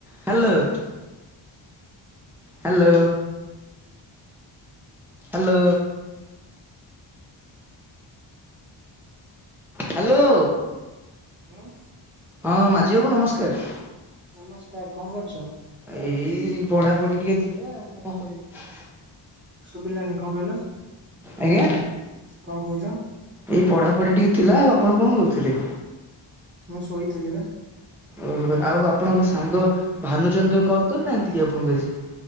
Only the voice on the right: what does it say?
ହୁଁ
ନମସ୍କାର କଣ କରୁଛ
ଶୁଭିଲାନି କଣ କହିଲ
କଣ କହୁଛ?
ମୁଁ ଶୋଇଥିଲି ବା